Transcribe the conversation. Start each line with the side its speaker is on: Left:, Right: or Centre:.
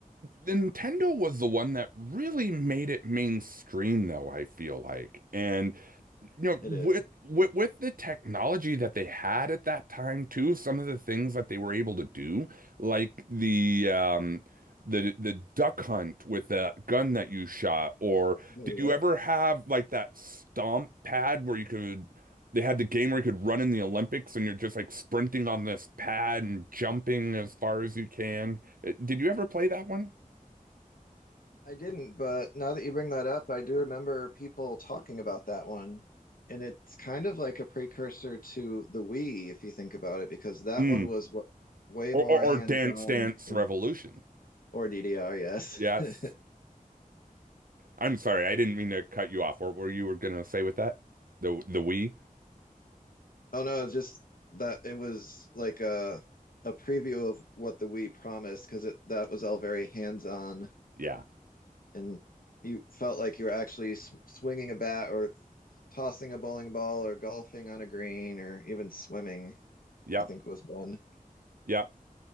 Right: Nintendo was the one that really made it mainstream, though, I feel like. And you know, with,
Left: It is.
Right: with with the technology that they had at that time too, some of the things that they were able to do, like the um the the duck hunt with the gun that you shot, or
Left: Oh,
Right: did
Left: Yep.
Right: you ever have like that stomp pad where you could they had the game where you could run in the Olympics and you're just like sprinting on this pad and jumping as far as you can. Uh, Did you ever play that one?
Left: I didn't, but now that you bring that up, I do remember people talking about that one. And it's kind of like a precursor to the Wii, if you think about it, because that
Right: Mm.
Left: one was w way
Right: Or,
Left: more
Right: or or
Left: hands-on
Right: Dance Dance
Left: and
Right: Revolution.
Left: or DDR, yes.
Right: Yes.
Left: <laughs>
Right: I'm sorry, I didn't mean to cut you off. What were you were gonna say with that? The the we?
Left: Oh no, it's just that it was like a a preview of what the Wii promised, because it that was all very hands-on
Right: Yeah.
Left: and you felt like you were actually sw- swinging a bat or tossing a bowling ball or golfing on a green or even swimming,
Right: Yep.
Left: I think was one.
Right: Yep.